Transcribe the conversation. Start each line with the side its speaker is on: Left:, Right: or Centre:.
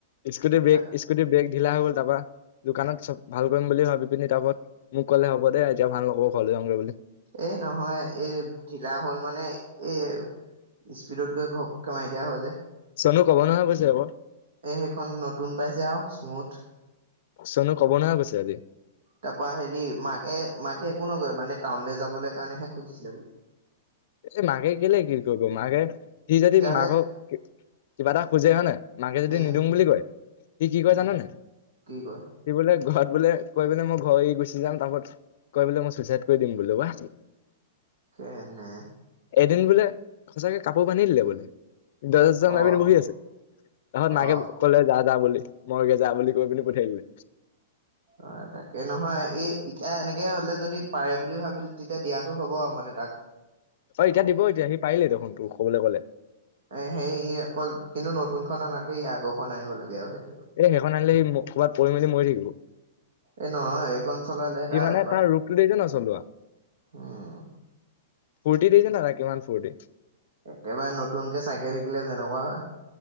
Left: স্কুটি ব্ৰেক
Right: তাক
Left: স্কুটি ব্ৰেক ঢিলা হৈ গ'ল তাৰপা দোকানত চব ভাল কৰিম বুলি ভাবি পিনি তাৰওপৰত মোক কলে হব দে এতিয়া ভাল নকৰোঁ ঘৰলৈ যামগৈ বুলি।
Right: এ নহয় এই ঢিলা হ'ল মানে এই স্পীডত গৈ ঘপ কে মাৰি দিয়া হয় যে।
Left: চনো ক'ব নহয় আকৌ
Right: এ সেইখন নতুন পাইছে আৰু স্মুথ।
Left: চনো ক'ব নহয় কৈছে আজি?
Right: তাৰ পৰা হেৰি মাকে মাকে একো নকয় মানে টাউনলৈ যাবলৈ কাৰণেহে খুজিছিলে বোলে।
Left: এই মাকে কেলে কি কৰিব মাকে সি যদি
Right: তেতিয়াহ'লে
Left: মাকক। কিবা এটা খোজে হয় নে, মাকে যদি
Right: উম
Left: নিদিওঁ বুলি কয়, সি কি কয়
Right: উম
Left: জান নাই?
Right: কি কয়
Left: সি বোলে ঘৰত বোলে কয় বোলে মই ঘৰ এৰি গুচি যাম, তাপছত কয় বোলে মই চুইচাইড কৰি দিম বোলে‌ ঔ আ
Right: এনে।
Left: এদিন বোলে সঁচাকে কাপোৰ বান্ধি দিলে বোলে। দজা চজা‌
Right: অ
Left: মাৰি পেলাই বহি আছে, তাছত
Right: অ
Left: মাকে ক'লে যা যা বুলি। মইগে যা বুলি কৈ পিনি পঠিয়াই দিলে
Right: অ', তাকে নহয়, এই এতিয়া এনেক তে হ'লে যদি পাৰে বুলি ভাবিল, তেতিয়া দিয়াটো হ'ব আৰু মানে তাক।
Left: অ', এতিয়া
Right: আৰু
Left: দিব, এতিয়া সি পাৰিলেই দেখোন, তোৰ ক'বলৈ গ'লে।
Right: এ সেই অকল, কিন্তু নতুনখন অনাতকে ই আগৰখন আনিব লাগে আৰু সেইট
Left: এই সেইখন আনিলে সি ক'ৰবাত পৰি মেলি মৰি থাকিব।
Right: এ নহয়, এইখন চলালে
Left: সি
Right: তাৰ
Left: মানে
Right: অভ্যাস,
Left: ৰূপটো দেখিছ নাই চলোৱা
Right: উম।
Left: ফূৰ্তি দেইছা নাই তাৰ কিমান ফূৰ্তি?
Right: একেবাৰে নতুনকে চাইকেল শিকিলে যেনেকুৱা হয়,